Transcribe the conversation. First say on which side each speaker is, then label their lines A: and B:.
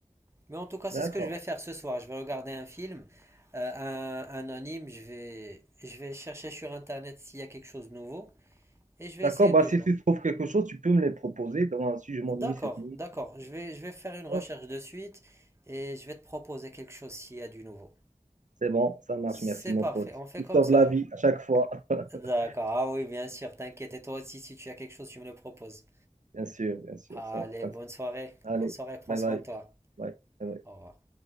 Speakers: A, on the right (about 20°); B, on the right (about 80°).
A: Mais en tout cas, c'est
B: D'accord.
A: ce que je vais faire ce soir. Je vais regarder un film, euh, un, un anime. Je vais, je vais chercher sur Internet s'il y a quelque chose de nouveau et je vais
B: D'accord,
A: essayer
B: bah,
A: de
B: si
A: voir.
B: tu trouves quelque chose, tu peux me les proposer. Dans, si je m'ennuie
A: D'accord,
B: cette nuit,
A: d'accord. Je vais, je vais faire une recherche
B: d'accord.
A: de suite et je vais te proposer quelque chose s'il y a du nouveau.
B: c'est bon, ça marche.
A: C'est
B: Merci, mon
A: parfait.
B: pote.
A: On fait
B: Tu
A: comme
B: sauves
A: ça
B: la
A: alors.
B: vie à chaque fois. <laughs>
A: D'accord. Ah oui, bien sûr. T'inquiète. Et toi aussi, si tu as quelque chose, tu me le proposes.
B: Bien sûr, bien sûr.
A: Allez,
B: Sans-
A: bonne soirée.
B: Allez,
A: Bonne soirée. Prends
B: bye
A: soin
B: bye.
A: de toi.
B: Bye. Bye bye.
A: Au revoir.